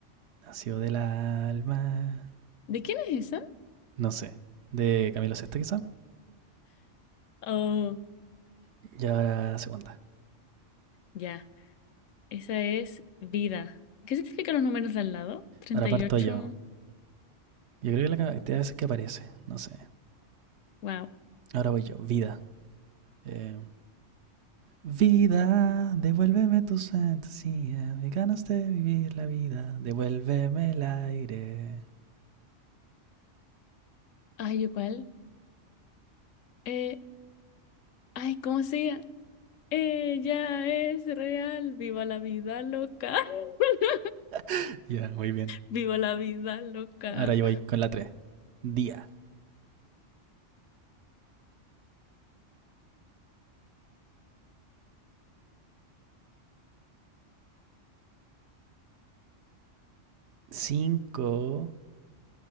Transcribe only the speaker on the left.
¿De quién es esa?
Oh,
ya. Esa es vida. ¿Qué significan los números de al lado? treinta
y ocho
Wow.
Ay, igual. Eh, ay, ¿cómo se llama? Ella es real. Viva la vida loca. <laughs>
Viva la vida loca.